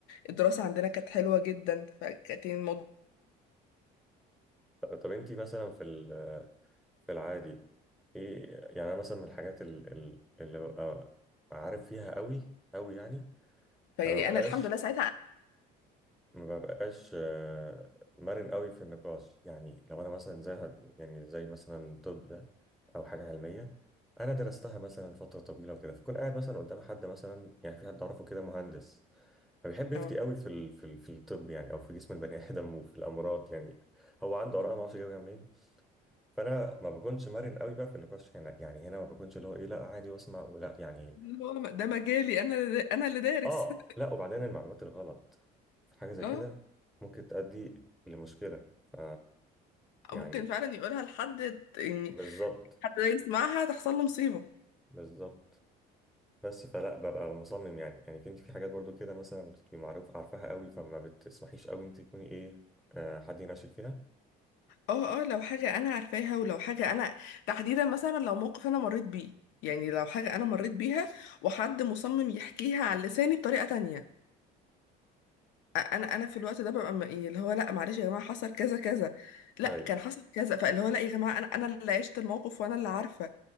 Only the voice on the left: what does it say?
والدراسه عندنا كانت حلوه جدا فكانت الموضوع
فيعني
انا الحمد لله ساعتها
اه
اللي هو ده مجالي انا اللي- انا اللي دارس
<laughs>
اه
ممكن فعلا يقولها لحد ت- يعني
حد ده يسمعها تحصل له مصيبة
اه اه لو حاجة انا عارفاها ولو حاجة انا تحديدا مثلا لو موقف انا مريت بيه يعني لو حاجة انا مريت بيها وحد مصمم يحكيها على لساني بطريقة تانية أ- انا انا في الوقت ده ببقى م- يعني اللي هو لا معلش يا جماعة حصل كذا كذا لا
كان حصل كذا فاللي هو لا يا جماعة انا انا اللي عشت الموقف وانا اللي عارفة